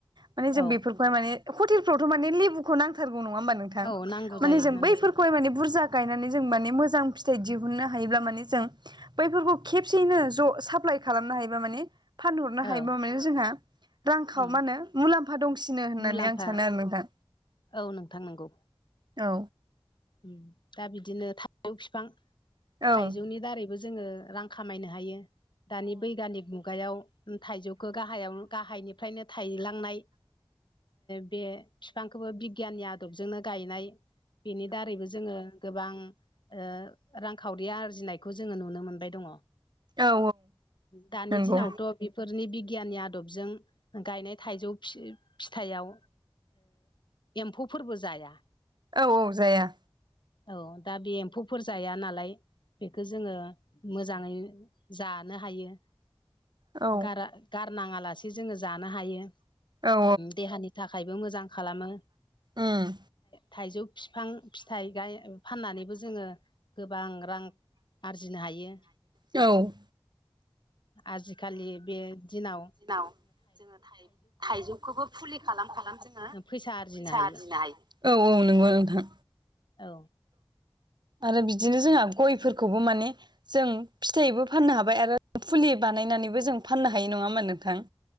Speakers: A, on the right; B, on the left.
A: माने जों
B: औ
A: बेफोरखौ हावथ लेबुखौ नांथार न नोंथ
B: औ नांगौ
A: मों
B: जायो नांगौ
A: बै
B: जायो
A: बुरा गायनानै जों माने मोजां फिथाइ दिहुननो हायोब्ला माने जों बैफोरखौ खेबसेयैनो ज' साप्लााय खालामनो हायोबा माने फानहरनो
B: औ
A: हायोबा माने जोंहा रांखाव
B: उम
A: मा होनो मुलाम्फा दंसिनो होननानै
B: मुलाम्फा
A: आं सानो आरो नोंथां।
B: औ नोंथां नंगौ।
A: औ।
B: उम दा बिदिनो थाइजौ बिफां
A: औ
B: थाइजौनि दारैबो जोङो रां खामायनो हायो। दानि बैगयानिक मुगायाव थाइजौखौ गाहायाव गाहायनिफ्रायनो थायलांनाय। बे बिफांखौबो बिगियाननि आदबजोंनो गायनाय बेनि दारैबो जोङो गोबां। रांखावरि आरजिनायखौ जोङो नुनो मोनबाय दङ।
A: औ
B: दानि
A: नंगौ
B: दिनावथ' बेफोरनि बिगियाननि आदबजों गायनाय थाइजौ फिथाइयाव। एम्फौफोरबो जाया
A: औ औ जाया
B: औ दा बे एम्फौफोर जाया नालाय बेखौ जोङो मोजाङै जानो हायो।
A: औ
B: गारा- गारनाङा लासे जोङो जानो हायो
A: औ
B: देहानि थाखायबो मोजां खालामो
A: उम
B: थाइजौ फिफां। फिथाइ गाय फाननानैबो जोङो गोबां रां आरजिनो हायो।
A: औ।
B: आजिखालि बे दिनाव
A: दिनाव जोङो थाइजौखौबो फुलि खालाम खालाम जोङो
B: फैसा आरजिनो
A: फैसा
B: हायो
A: आरदिनो हायो। औ औ नंगौ नोंथां।
B: औ।
A: आरो बिदिनो जोंहा गयफोरखौबो माने जों फिथाइबो फाननो हाबाय आरो फुलि बानायनानैबो जों फाननो हाय नङामोन नोंथां।